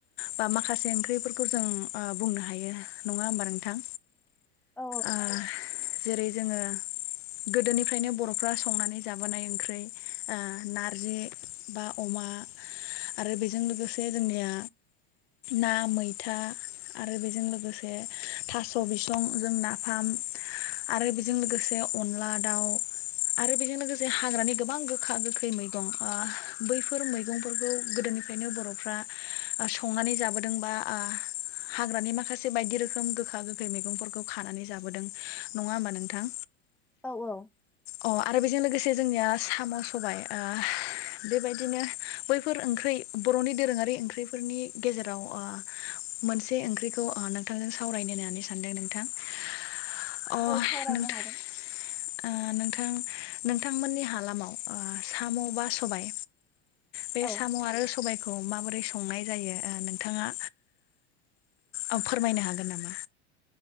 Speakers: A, on the left (about 65°); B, in the centre.
A: बा माखासे ओंख्रिफोरखौ ओ जों बुंनो हायो नङा होमबा नोंथां?
B: औ
A: ओ जेरै जोङो गोदोनिफ्रायनो बर'फ्रा संनानै जाबोनाय ओंख्रि ओ नारजि बा अमा आरो बेजों लोगोसे जोंनिया ना मैथा आरो बेजों लोगोसे थास' बिसं जों नाफाम आरो बेजों लोगोसे अनला दाउ आरो बेजों लोगोसे हाग्रानि गोबां गोखा गोखै मैगं ओ बैफोर मैगंफोरखौ गोदोनिफ्रायनो बर'फ्रा संनानै जाबोदों बा आ हाग्रानि माखासे बायदि रोखोम गोखा -गोखै मैगंफोरखौ खानानै जाबोदों नङा होमबा नोंथां?
B: औ -औ
A: अ आरो बेजों लोगोसे जोंनिया साम' सबाय ओ बेबायदिनो बैफोर ओंख्रि बरनि दोरोङारि ओंख्रिफोरनि गेजेराव ओ मोनसे ओंख्रिखौ ओ नोंथांजों सावरायनो होननानै सानदों नोंथां । अ
B: औ सावरायनो
A: नोंथां
B: हागोन
A: ओ नोंथां नोंथांमोननि हालामाव ओ साम' बा सबाय बे
B: औ
A: साम' आरो सबायख खौ माबोरै संनाय जायो ओ नोंथाङा औ फोरमायनो हागोन नामा?